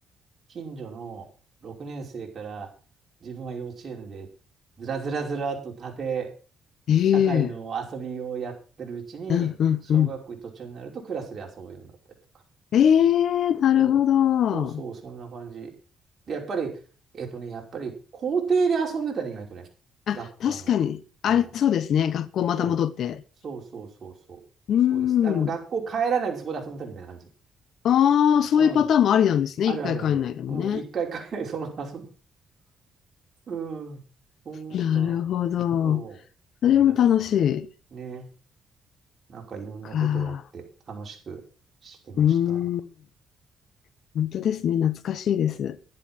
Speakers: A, on the right (about 45°); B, on the left (about 70°).
A: 近所の6年生から自分は幼稚園でずらずらずらっと縦
B: ええ
A: 社会の遊びをやってるうちに小学校途中になるとクラスで遊ぶようになったりとか。
B: うんうんうん。ええなるほど。
A: そうそうそう、そんな感じ。で、やっぱり、えっとね、やっぱり校庭で遊んでたね、意外とね、
B: あ、
A: 学校の。
B: 確かに。あれ、
A: うん。
B: そうですね。学校また戻って。
A: そうそうそうそうそう。
B: うーん。
A: そうです。あの、学校帰らないでそこで遊んでたみたいな感じ。
B: ああ、そういうパターンもありなんですね。
A: うん。あるあるある。
B: 一回帰んないでもね。
A: うん。一回帰らないでそのまま遊んで。うん。そう思った。
B: なるほど。
A: そう。
B: それも楽しい。
A: 思い出した。ね。なんかいろんなことがあって楽しくしてました。
B: か。うーん。本当ですね。懐かしいです。